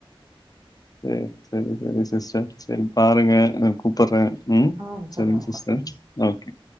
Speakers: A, on the left; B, on the right.
A: செரி செரி செரி சிஸ்டர் செரி பாருங்க நா கூப்பற ம்
B: ஆ சரி.
A: செரிங்க
B: ஓகே.
A: Sister
B: ம்.
A: okay